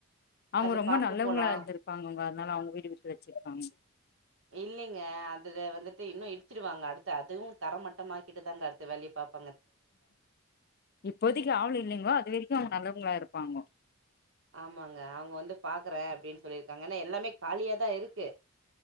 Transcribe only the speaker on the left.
அவங்க
ரொம்ப
நல் நல்லவங்களா
இருந்திருப்பாங்க அவுங்க அதனால அவுங்க வீடு விட்டு வச்சிருக்காங்
இப்போதைக்கு ஆள் இல்லைங்கோ அதுவரைக்கும் அவங்க நல்லவங்களா இருப்பாங்கோ